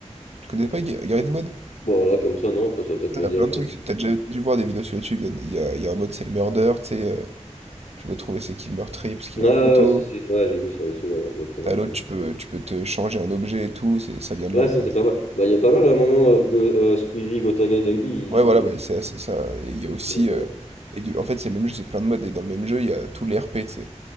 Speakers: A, on the right; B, on the left.
A: Tu connais pas Ga- Garry's Mod?
B: Bon là comme ça, non, après ça va peut-être
A: T'as
B: me dire,
A: plein
B: je...
A: de trucs, t'as déjà dû voir des vidéos sur YouTube, il y, en a il y a- il y a un mode c'est le murder, tu sais, euh, tu dois trouver c'est qui le meurtrier parce qu'il
B: Ah
A: a un couteau.
B: ouais, si si, ouais, j'ai vu sur YouTube, ouais, exactement,
A: T'as l'autre,
B: j'ai vu.
A: tu peux, tu peux te changer en objet et tout, c'est, ça vient de
B: Ouais,
A: là en
B: ça
A: fait.
B: c'est pas mal. Bah il y a pas mal à un moment, euh, Go- euh, Squeezie, Gotaga et Dogby, ils
A: Ouais
B: se pri-
A: voilà, bah, c'est
B: ils
A: c'est ça. Et il y a aussi,
B: streamaient pas
A: euh,
B: mal.
A: et du- en fait c'est le même jeu, c'est plein de modes, et dans le même jeu il y a tous les RP, tu sais.